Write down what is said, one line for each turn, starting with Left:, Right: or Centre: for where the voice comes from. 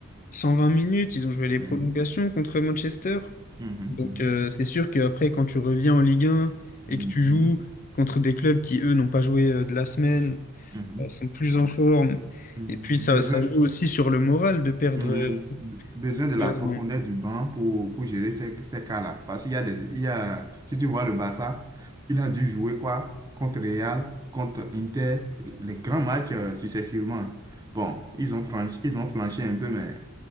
Left: 120 minutes, ils ont joué les
Right: Mhm.
Left: prolongations contre Manchester.
Right: Mhm.
Left: Donc euh, c'est sûr qu'après, quand tu reviens en Ligue 1
Right: Mhm.
Left: et que tu joues
Right: Mhm.
Left: contre des clubs qui, eux, n'ont pas joué euh, de la semaine,
Right: Mhm.
Left: euh, sont plus
Right: Donc,
Left: en forme,
Right: mm,
Left: et puis ça,
Right: besoin,
Left: ça joue aussi sur le moral de perdre.
Right: mhm.
Left: euh,
Right: Be- besoin
Left: de
Right: de la
Left: perdre
Right: profondeur
Left: en-
Right: du banc pour, pour gérer ces, ces cas-là. Parce qu'il y a des, il y a, si tu vois le Barça, il a dû jouer quoi? Contre Real, contre Inter, les grands matchs euh, successivement. Bon, ils ont franchi, ils ont flanché un peu, mais